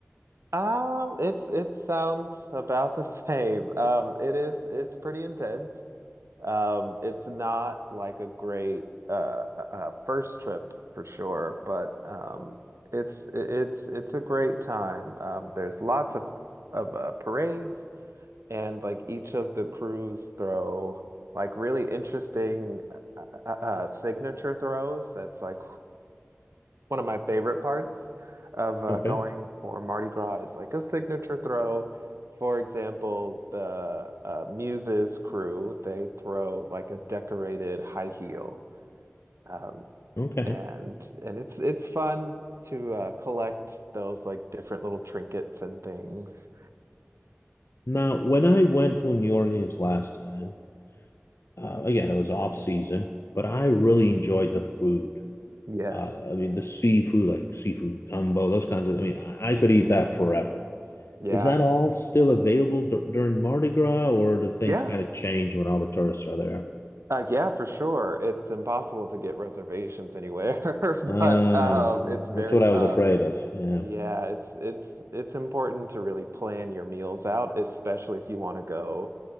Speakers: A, on the right; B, on the left.
A: um it's it sounds about the <laughs> same. Um it is it's pretty intense. Um it's not like a great uh uh first trip for sure, but um it's it's it's a great time. Um there's lots of of uh, parades and like each of the crews throw like really interesting uh, uh, uh, signature throws that's like one of my favorite parts of uh,
B: Okay,
A: going for Mardi Gras is like a signature throw. For example, the uh, Muses crew, they throw like a decorated high heel. Um,
B: okay.
A: and and it's it's fun to uh, collect those like different little trinkets and things.
B: Now, when I went to New Orleans last time, uh, again, it was off season, but I really enjoyed the food.
A: Yes.
B: Uh, I mean, the seafood, like seafood gumbo, those kinds of, I mean, I,
A: hmm
B: I could eat that forever.
A: Yeah.
B: Is that all still available dur during Mardi Gras, or do things
A: Yeah.
B: kind of change when all the tourists are there?
A: Uh, yeah, for sure. It's impossible to get reservations anywhere, <laughs>
B: Uh,
A: but um,
B: well,
A: it's very
B: that's what
A: tough.
B: I was afraid of. Yeah.
A: Yeah, it's it's it's important to really plan your meals out, especially if you want to go